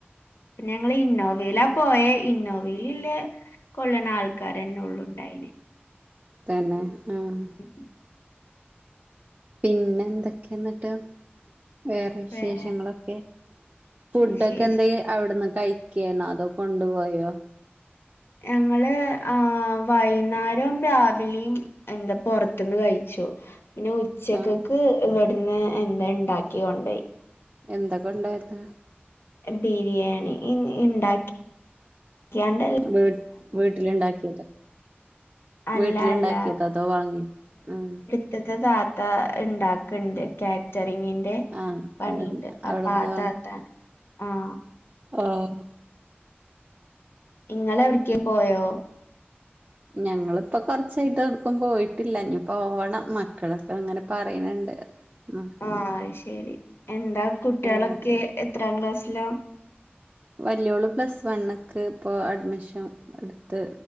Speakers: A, on the left (about 70°); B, on the right (about 35°).
A: പിന്നെ ഞങ്ങള് ഇന്നോവയില പോയെ ഇന്നോവേലില്ലേ കൊള്ളണ്ളെ അൾക്കാരെന്നൊള്ളു ഇണ്ടായിനെ
B: തന്നെ ആഹ്
A: ഉം
B: പിന്നെന്തൊക്കെയാ ന്നട്ട് വേറെ വിശേഷങ്ങളൊക്കെ
A: വേറെ
B: ഫുഡൊക്കെ
A: വിശേഷം
B: എന്തെ അവിട്ന്ന് കഴിക്കേനോ അതോ കൊണ്ടു പോയോ
A: ഞങ്ങള് ആഹ് വൈന്നേരം രാവിലിം എന്താ പൊറത്ത്ന്ന് കഴിച്ചു പിന്നെ ഉച്ചക്കക്ക്
B: ആഹ്
A: ഇവിടുന്ന് എന്താ ഇണ്ടാക്കി കൊണ്ടേയി
B: എന്താ കൊണ്ടോയത്
A: ബിരിയാണി ഇ ഇണ്ടാക്കി കൃയാണ്ട്
B: വീ വീട്ടിലിണ്ടാക്കിയത്
A: അല്ല
B: വീട്ടിലിണ്ടാക്കിയതോ
A: അല്ല
B: അതോ വാങ്ങിയ ആഹ്
A: അടുത്തിത്തെ താത്ത ഇണ്ടാക്കണ്ട് കാറ്ററിങ്ങി ന്റെ
B: ആഹ്
A: പണിണ്ട്
B: അവിടുന്ന്
A: അപ്പ താത്താനെ ആഹ്
B: ആഹ്
A: ഇങ്ങളെവിട്ക്കേം പോയോ
B: ഞങ്ങളിപ്പോ കൊറച്ചായിട്ട് എവടക്കും പോയിട്ടില്ല ഇനി പോവണം മക്കളൊക്കെ അങ്ങനെ പറയണണ്ട് അപ്പൊ
A: ആഹ് അയ്ശേരി എന്താ കുട്ടികളൊക്കെ
B: പോവണം
A: എത്രാം ക്ലാസ്സില
B: വല്യോള് പ്ലസ് വണ്ക്ക്‌ ഇപ്പോ അഡ്മിഷൻ എടുത്ത്